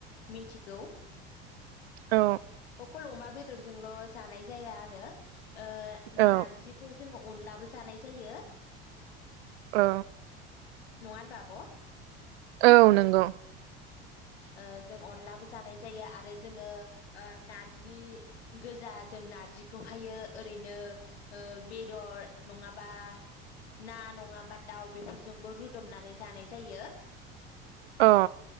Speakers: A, on the left; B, on the right.
A: मिथिगौ
B: औ
A: अखल अमा बे बेदरजोंल' जानाय जाया आरो। ओ
B: औ
A: नारजिखौ जोंङो। अनला बो जानाय जायो।
B: अ।
A: नङा होनबा आब'।
B: औ नंगौ।
A: ओ जों अनदलाबो जानाय जायो आरो जोंङो ओ नारजि गोजा जों नारजिखौहायो ओरैनो ओ बेदर नंङाबा ना नंङाबा दाउ बेफोरजोंबो रुदबनानै जानाय जायो।
B: अ।